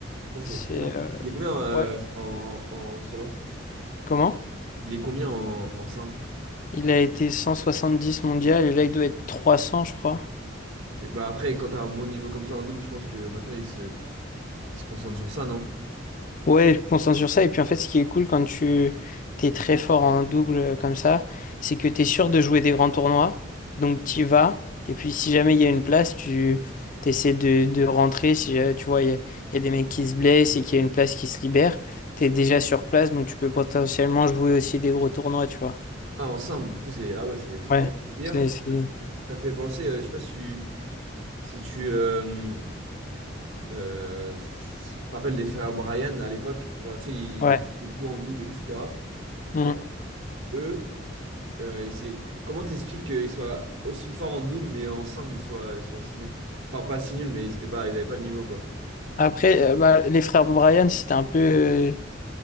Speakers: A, on the right; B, on the left.
A: Putain,
B: C'est.
A: c'est c'est bien.
B: euh,
A: Il est combien euh,
B: Ouais.
A: en, en solo?
B: Comment?
A: Il est combien en, en simple?
B: Il a été 170 mondial et là, il doit être 300, je crois.
A: Ok. Bah après, quand t'as un bon niveau comme ça en double, je pense que maintenant, il se, il se concentre sur ça, non?
B: Ouais, je me concentre sur ça. Et puis en fait, ce qui est cool quand tu t'es très fort en double euh, comme ça, c'est que t'es sûr de jouer des grands tournois. Donc t'y vas. Et puis si jamais il y a une place, tu t'essaies de, de rentrer. Si euh, tu vois, il y, a il y a des mecs qui se blessent et qu'il y a une place qui se libère, t'es déjà sur place. Donc tu peux potentiellement jouer aussi des gros tournois, tu vois.
A: Ah, en simple, du coup, c'est... Ah ouais, c'est c'est
B: Ouais.
A: carré. Et D'ailleurs,
B: C'est, c'est...
A: ça me fait penser, euh, je sais pas si tu... Si tu, euh, euh, si tu te rappelles des frères Bryan à l'époque, genre, tu sais, ils,
B: Ouais.
A: ils faisaient tout en double, etc. Et
B: Mm.
A: genre, eux, euh, ils aient- comment t'expliques qu'ils soient aussi forts en double, mais ensemble, ils soient, ils soient si nuls? Enfin, pas si nuls, mais ils étaient pas, ils avaient pas le niveau, quoi.
B: Après, euh, bah, les frères Bryan, c'était un peu. euh,